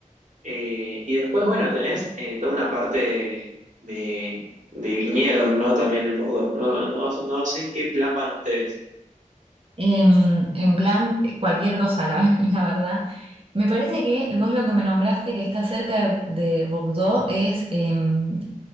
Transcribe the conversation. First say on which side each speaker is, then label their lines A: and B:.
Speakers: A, on the right (about 65°); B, on the right (about 45°).
A: Eh, y después, bueno, tenés eh, toda una parte de, de viñedos, ¿no? También en Bordeaux. No, no, no sé en qué plan van ustedes.
B: Em, en plan, cualquier cosa, la, <laughs> la verdad. Me parece que vos lo que me nombraste, que está cerca de, de Bordeaux, es em,